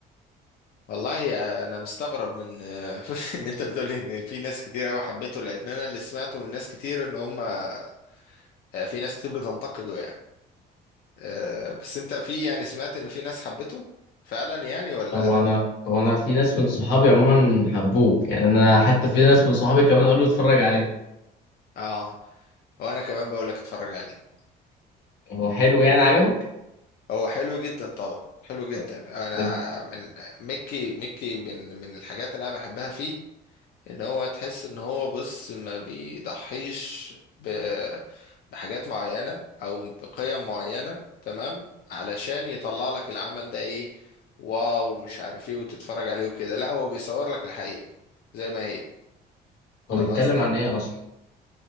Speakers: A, on the left; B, on the left.
A: والله آه، أنا مستغرب من آه، <laughs> إن أنت بتقولي إن في ناس كتير أوي حبيته لأن أنا اللي سمعته من ناس كتير إن هم آه، في ناس كتير بتنتقده يعني آه بس أنت في يعني سمعت إن في ناس حبيته فعلا يعني ولا
B: هو أنا هو أنا في ناس من صحابي عموما حبوه يعني أنا حتى في ناس من صحابي كمان قالوا اتفرج عليه
A: آه وأنا كمان بقول لك اتفرج عليه
B: هو حلو يعني عجبك
A: هو حلو جدا طبعا حلو جدا
B: طب
A: أنا
B: ده بي-
A: من مكي مكي من من الحاجات اللي أنا بحبها فيه ان هو تحس ان هو بص ما بيضحيش ب... بحاجات معينة او بقيم معينة تمام علشان يطلع لك العمل ده ايه واو مش عارف ايه وتتفرج عليه وكده لا هو بيصور لك الحقيقة زي ما هي
B: هو
A: فاهم
B: بيتكلم
A: قصدي
B: عن إيه أصلا